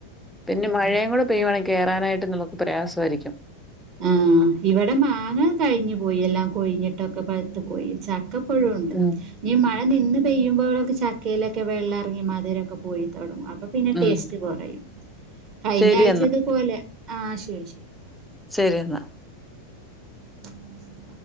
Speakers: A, in the centre; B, on the right.
A: പിന്നെ മഴയും കൂടെ പെയ്യുവാണെങ്കിൽ കേയറാനായിട്ട് നമുക്ക് പ്രയാസായിരിക്കും
B: ആ ഇവിടെ മാങ്ങ കഴിഞ്ഞു പോയി എല്ലാം കൊഴിഞ്ഞിട്ടൊക്കെ പഴുത്തു പോയി ച ഇപ്പോഴുണ്ട്
A: ഉം
B: ഈ മഴ മഴ നിന്ന് പെയ്യുമ്പോഴൊക്കെ ചക്കയിലൊക്കെ വെള്ളറങ്ങി മതിരൊക്കെ പോയി തുടങ്ങും പിന്നെ
A: ഉം
B: ടേസ്റ്റ് കുറയും കഴിഞ്ഞ
A: ശരി
B: ആഴ്ചത് പോലെ ആ ശരി ശരി
A: ശരിയെന്നാ
B: <unintelligible>